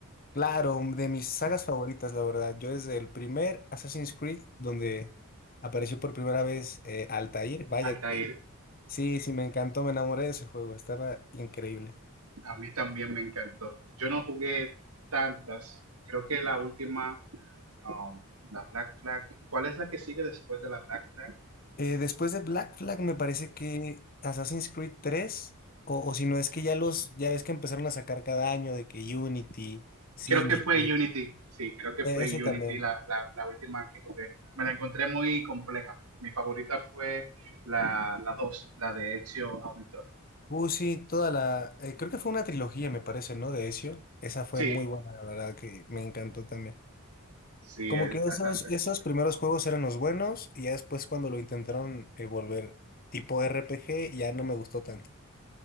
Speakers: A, on the left; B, on the right.
A: Claro, de mis sagas favoritas, la verdad. Yo desde el primer Assassin's Creed, donde apareció por primera vez eh, Altair, vaya
B: Altair.
A: que Sí, sí, me encantó, me enamoré de ese juego, estaba increíble.
B: A mí también me encantó. Yo no jugué tantas. Creo que la última, um, la Black Flag. ¿Cuál es la que sigue después de la Black Flag?
A: Eh, después de Black Flag me parece que Assassin's Creed 3 o, o si no es que ya los, ya ves que empezaron a sacar cada año de que Unity, Syndicate,
B: Creo que fue Unity. Sí, creo que
A: eh,
B: fue
A: ese también.
B: Unity la, la, la última que jugué. Me la encontré muy compleja. Mi favorita fue la, la 2 la de Ezio Auditor.
A: Uh, sí, toda la, eh, creo que fue una trilogía, me parece, ¿no? De Ezio. Esa fue
B: Sí,
A: muy buena, la verdad, que me encantó también.
B: sí,
A: Como
B: es
A: que
B: bastante.
A: esos, esos primeros juegos eran los buenos, y ya después cuando lo intentaron eh, volver tipo RPG, ya no me gustó tanto.